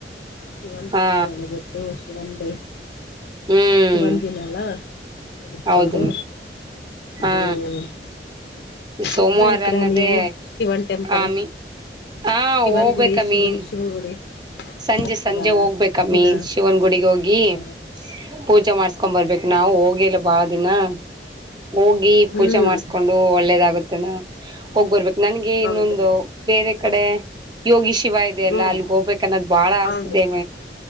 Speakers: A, on the left (about 65°); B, on the right (about 25°).
A: ಶಿವನ್
B: ಹಾ
A: ಪೂಜೆ ಎಲ್ಲ ಬತ್ತ ಶಿವಂದೇ
B: ಹ್ಮ್
A: ಶಿವಂದಿಿನಲ್ಲ ಮುಗಿಸ್ಕೊಂಡು
B: ಹೌದು
A: ಹ್ಮ್
B: ಹಾ ಸೋಮವಾರ
A: ಹೋಗ್ತಾ ಇದ್ದೀರಾ
B: ಅನ್ನದೇ
A: ನೀವು ಶಿವನ್ ಟೆಂಪಲ್
B: ಆಮಿ ಹಾ
A: ಶಿವನ್
B: ಹೋಗ್ಬೇಕ
A: ಗುಡಿ ಶಿವನ್
B: ಮೀನ್
A: ಶಿವನ್ ಗುಡಿ
B: ಸಂಜೆ
A: ಹೋಗ್ತೀರಾ
B: ಸಂಜೆ ಹೋಗ್ಬೇಕಮ್ಮಿ
A: ದಿನ
B: ಶಿವನ್ಗುಡಿಗೆ ಹೋಗಿ
A: ಹ
B: ಪೂಜೆ ಮಾಡಸ್ಕೊಂಡ್ ಬರ್ಬೇಕ ನಾವು ಹೋಗಿಿಲ್ಲ ಬಾಳ ದಿನ ಹೋಗಿ
A: ಹ್ಮ್
B: ಪೂಜೆ ಮಾಡಸ್ಕೊಂಡು ಒಳ್ಳೇದಾಗುತ್ತೆನ ಹೋಗ್ಬರ್ಬೇಕ ನನ್ಗೆ
A: ಹೌದ್ರಿ
B: ಇನ್ನೊಂದು ಬೇರೆ ಕಡೆ ಯೋಗಿ ಶಿವಾಯ
A: ಹ್ಮ್
B: ಲ್ಲ ಅಲ್ಲಿಗೆ ಹೋಗ್ಬೇಕು ಅನ್ನೋದು್ ಬಾಳ
A: ಹೌದು
B: ಆಸ್ೆ ಇದೆ